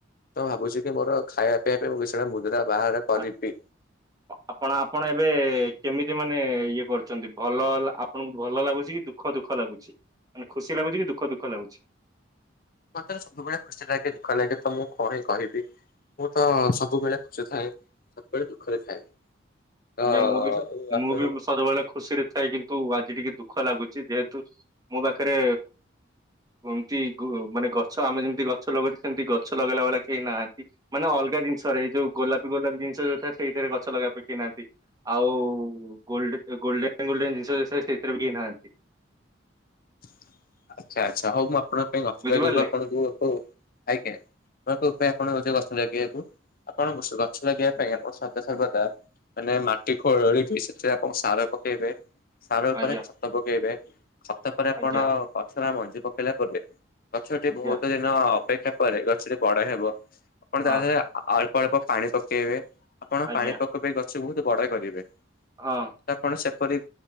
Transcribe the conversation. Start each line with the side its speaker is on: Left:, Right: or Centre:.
Left: ତ ଭାବୁଛି କି ମୋର ଖାଇବା ପପା ମୁଦ୍ରା ବାହାର କରିବି।
Right: ଆ ଆପଣ ଆପଣ ଏବେ କେମିତି ମାନେ ଇଏ କରୁଛନ୍ତି ଭଲ ଆପଣଙ୍କୁ ଭଲ ଲାଗୁଛି କି ଦୁଃଖ ଦୁଃଖ ଲାଗୁଛି ମାନେ ଖୁସି ଲାଗୁଛି କି ଦୁଃଖ ଦୁଃଖ ଲାଗୁଛି।
Left: ମତରେ ସବୁବେଳେ ଖୁସି ଲାଗେ ଦୁଃଖ ଲାଗେ ତ ମୁଁ କଣ କହିବି। ମୁଁ ତ ସବୁବେଳେ ଖୁସି ଥାଏ ସବୁବେଳେ ଦୁଃଖରେ ଥାଏ। ତ
Right: ଆଜ୍ଞା ମୁଁ ବି
Left: ଆପଣ
Right: ମୁଁ ବି ସବୁବେଳେ ଖୁସିରେ ଥାଏ କିନ୍ତୁ ଆଜି ଟିକେ ଦୁଃଖ ଦୁଃଖ ଲାଗୁଛି ଯେହେତୁ ମୋ ପାଖରେ ଏମତି ମାନେ ଗଛ ଆମେ ଯେମିତି ଗଛ ଲଗାଉଛେ ସେମିତି ଗଛ ଲଗେଇଲା ଭଳିଆ କେହି ନାହାନ୍ତି ମାନେ ଅଲଗ ଜିନିଷରେ ଯୋଉ ଗୋଲାପ ଗୋଲାପୀ ଜିନିଷ ଯଉଟ ସେଇଥିରେ ଗଛ ଲଗବା ପ କି ନାହାନ୍ତି। ଆଉ ଗୋ ଗୋଲ୍ଡେନ ଗୋଲ୍ଡେନ ଜିନିଷ ସେଥିରେ ବି କେହି ନାହାନ୍ତି।
Left: <inaudible> ଆଚ୍ଛା ଆଚ୍ଛା ହଉ ମୁଁ ଆପଣଙ୍କ ପାଇଁ ଅସ
Right: ବୁଝିପାରିଲେ
Left: ଯ ଆପଣଙ୍କୁ ଆଜ୍ଞା ଆପଣ ଉପାୟ ଆପଣ ହଉଛେ ଗଛ ଲଗେଇବାକୁ ଆପଣ ଗଛ ଲଗେଇବା
Right: ଆଜ୍ଞା
Left: ପାଇଁ ଆପଣ ସଦା ସର୍ବଦା ମାନେ ମାଟି ଖୋଳିକି ସେଥିରେ ଆପଣ ସାର ପକେଇବେ ସାର ଉପରେ
Right: ଆଜ୍ଞା
Left: ଖତ ପକେଇବେ ତାପରେ ଆପଣ
Right: ଆଜ୍ଞା
Left: ପଛର ମଞ୍ଜି ପକେଇଲା ପରେ ଗଛଟି
Right: ଆଜ୍ଞା
Left: ବହୁତ ଦିନ ଅପେକ୍ଷା ପରେ ଗଛଟି ବଡ ହେବ ଆପଣ
Right: ହଁ
Left: ତା ଦେହରେ ଅଳ୍ପ ଅଳ୍ପ ପାଣି ପକେଇବେ ଆପଣ
Right: ଆଜ୍ଞା।
Left: ପାଣିପଖ ପାଇଁ ଗଛ ବହୁତ ବଡ କରିବେ ତ
Right: ହଁ
Left: ଆପଣ ସେ କିପରି